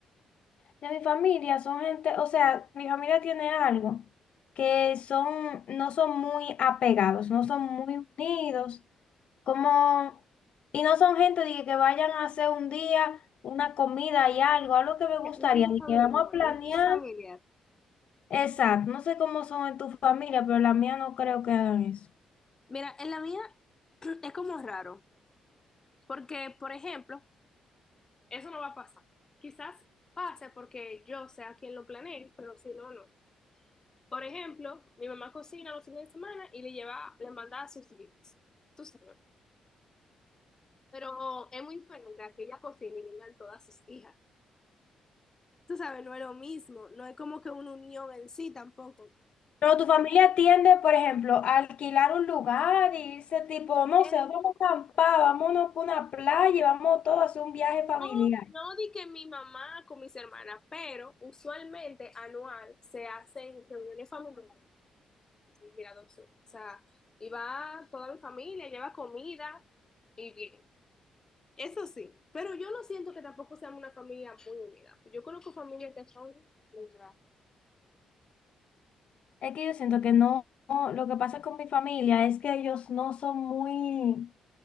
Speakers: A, on the left (about 60°); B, on the left (about 30°).
A: De mi familia son gente, o sea, mi familia tiene algo que son, no son muy apegados, no son muy unidos, como, y no son gente de que, que vayan a hacer un día una comida y algo, algo que me gustaría,
B: Un día
A: de
B: familiar,
A: que vamos a planear.
B: un día familiar.
A: Exacto, no sé cómo son en tu familia, pero la mía no creo que hagan eso.
B: Mira, en la mía <clears throat> es como raro, porque, por ejemplo, eso no va a pasar. Quizás pase porque yo sea quien lo planeé, pero si no, no. Por ejemplo, mi mamá cocina los fines de semana y le lleva, le manda a sus hijas. Tú sabes. Pero es muy diferente a que ella cocine y le mandan todas sus hijas. Tú sabes, no es lo mismo, no es como que una unión en sí tampoco.
A: Pero tu familia tiende, por ejemplo, a alquilar un lugar y irse tipo, no
B: Eh,
A: sé, vamos a acampar, vámonos por una playa, y vamos todos a hacer un viaje familiar.
B: no, no di que mi mamá con mis hermanas, pero usualmente anual se hacen reuniones familiares. Y Mira, dos- o sea, iba toda mi familia, lleva comida y bien. Eso sí, pero yo no siento que tampoco seamos una familia muy unida. Yo conozco familias que son muy raras.
A: Es que yo siento que no, no, lo que pasa con mi familia es que ellos no son muy,